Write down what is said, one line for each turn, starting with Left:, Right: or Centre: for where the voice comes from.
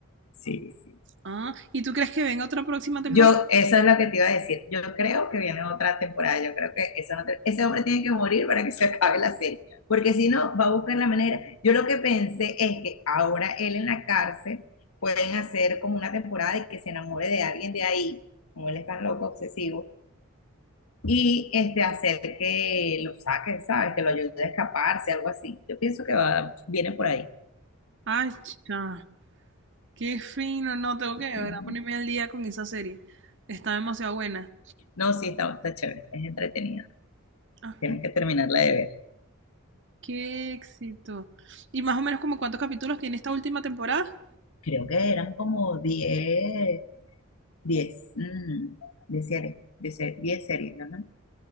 Left: Sí, sí.
Right: Ah, ¿y tú crees que venga otra próxima temporada?
Left: Yo, esa es lo que te iba a decir. Yo creo que viene otra temporada. Yo creo que eso no te- ese hombre tiene que morir para que se acabe la serie. Porque si no, va a buscar la manera. Yo lo que pensé es que ahora él en la cárcel pueden hacer como una temporada de que se enamore de alguien de ahí, como él es tan loco, obsesivo, y este, hacer que lo saque, ¿sabes? Que lo ayude a escaparse, algo así. Yo pienso que va, viene por ahí.
Right: Ay, chica, qué fino, no, tengo que de
Left: Ujú.
Right: verdad ponerme al día con esa serie. Está demasiado buena.
Left: No, sí, está, está chévere. Es entretenida.
Right: Ah,
Left: Tienes que terminarla de ver.
Right: qué éxito. ¿Y más o menos como cuántos capítulos tiene esta última temporada?
Left: Creo que eran como diez 10 mm, 10 series. de se- 10 series, ajá.